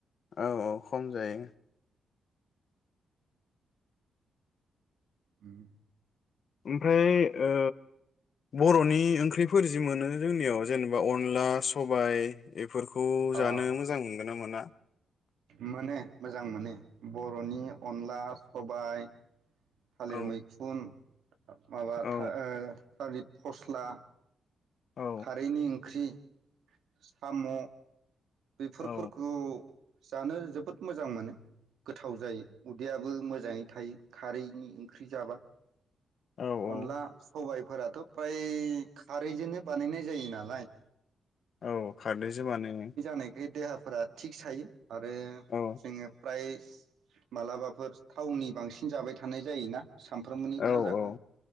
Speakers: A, on the left; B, on the right.
A: औ औ खम जायो
B: उम
A: ओमफ्राय ओ बरनि ओंख्रिफोर जि मोनो जोंनियाव जेनेबा अनला सबाय बेफोरखौ
B: अ
A: जानो मोजां मोनगोन ना मोना
B: मोनो मोजां मोनो बरनि अनला सबाय थालिर
A: औ
B: मैखुन माबा
A: औ
B: था ओ थालित फस्ला
A: औ
B: खारैनि ओंख्रि साम' बेफोर
A: औ
B: फोरखौ जानो जोबोद मोजां मोनो गोथाव जायो उदैयाबो मोजाङै थायो खारैनि ओंख्रि जाबा
A: औ औ
B: अनला सबाय फोराथ फ्राय खारैजोंनो बानायनाय जायो नालाय
A: औ खारदैजो बानायोमोन
B: होननायखाय देहाफोरा थिग थायो आरो
A: औ
B: जोंङो फ्राय मालाबाफोर थावननि बांसिन जाबाय थानाय जायोना सानफ्रोमबोनि
A: औ
B: खाजाखौ